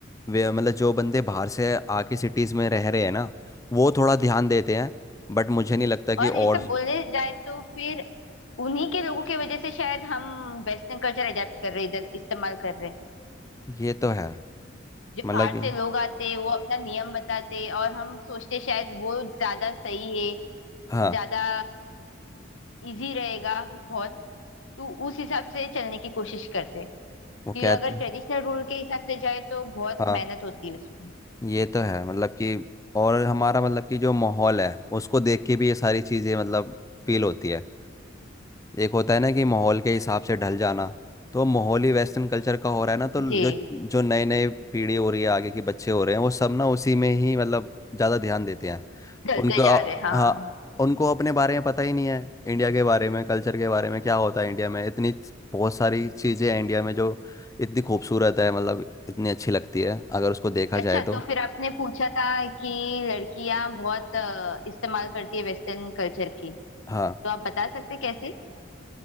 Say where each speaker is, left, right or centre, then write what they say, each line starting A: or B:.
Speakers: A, on the left (about 15°); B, on the left (about 80°).
A: वे- मतलब जो बंदे बाहर से आके सिटीज में रह रहे हैं ना वो थोड़ा ध्यान देते हैं बट मुझे नहीं लगता कि
B: और
A: और
B: ये सब बोलने जाए तो फिर उन्हीं के लोगों की वजह से शायद हम वेस्टर्न कल्चर अडेप्ट कर रहे इधर इस्तेमाल कर रहे हैं
A: ये तो है
B: जो
A: मतलब
B: बाहर
A: कि
B: से लोग आते वो अपना नियम बताते और हम सोचते शायद वो ज्यादा सही है
A: हाँ
B: ज्यादा इजी रहेगा बहुत तो उस हिसाब से चलने की कोशिश करते हैं कि
A: वो कहते
B: अगर ट्रेडिशनल रूल के हिसाब से जाए तो बहुत
A: हाँ
B: मेहनत होती है उसमें
A: ये तो है मतलब कि और हमारा मतलब कि जो माहौल है उसको देख के भी ये सारी चीज़ें मतलब फील होती है एक होता है ना कि माहौल के हिसाब से ढल जाना तो माहौल ही वेस्टर्न कल्चर का हो रहा है ना तो
B: जी
A: जो जो नए नए पीढ़ी हो रही है आगे के बच्चे हो रहे हैं वो सब ना उसी में ही मतलब ज़्यादा ध्यान देते हैं
B: चलते
A: उनको अ-
B: जा रहे हाँ
A: हाँ उनको अपने बारे में पता ही नहीं है इंडिया के बारे में कल्चर के बारे में क्या होता है इंडिया में इतनी च- बहुत सारी चीज़ें हैं इंडिया में जो इतनी खूबसूरत है मतलब इतनी अच्छी लगती है अगर उसको देखा
B: अच्छा
A: जाए तो
B: तो फिर आपने पूछा था कि लड़कियां बहुत अ, इस्तेमाल करती है वेस्टर्न कल्चर की
A: हाँ
B: तो आप बता सकते कैसे